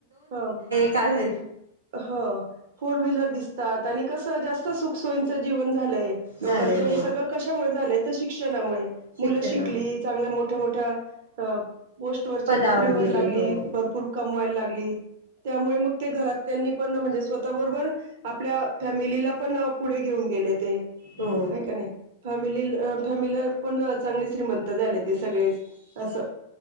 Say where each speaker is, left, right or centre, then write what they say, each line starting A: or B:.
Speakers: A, on the right (about 55°); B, on the right (about 85°).
A: हा
B: काय घरी
A: अह हो फोर व्हीलर दिसतातत आणि कस जास्त सुखसोयीच जीवन झालंय लोकांच
B: झाले
A: हे
B: हो
A: स कशामुळे झालंय तर शिक्षणामुळे.
B: शिक्षणा
A: मुलं शिकली चांगल्या मोठ्या मोठ्या पोस्ट वरच्या
B: पदावर
A: नोकरीवर
B: गेले
A: लागली
B: हो
A: भरपूर कम व्हायला लागली त्यामुळे मग ते घरात त्यांनी पण म्हणजे स्वतः बरोबर आपल्या फॅमिलीला पण पुढे घेऊन गेले ते.
B: हो
A: हाय का नाही फॅमिलील अ फॅमिला पण चांगले श्रीमंत झाले ते सगळेच असं